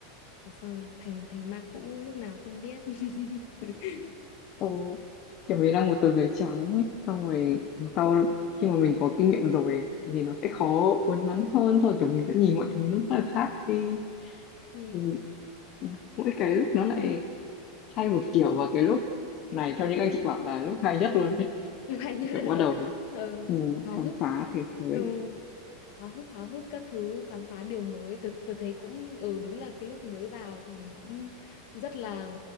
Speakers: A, on the left (about 55°); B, on the left (about 40°).
A: xong rồi thành thành ma cũ lúc nào không biết. <laughs>
B: Ồ, kiểu mình đang một tờ giấy trắng ấy, xong rồi sau khi mà mình có kinh nghiệm rồi thì nó sẽ khó uốn nắn hơn rồi kiểu mình sẽ nhìn mọi thứ nó rất là khác đi
A: ừ.
B: Mình- mỗi cái lúc nó lại hay một kiểu và cái lúc này theo những anh chị bảo là lúc hay nhất luôn ấy.
A: Lúc hay nhất
B: kiểu
A: là
B: bắt đầu
A: ừ,
B: ừ,
A: háo
B: khám
A: hức.
B: phá thế giới
A: Ừ. háo hức háo hức các thứ khám phá điều mới tôi tôi thấy cũng ừ đúng là cái lúc mới vào thì mình cũng rất là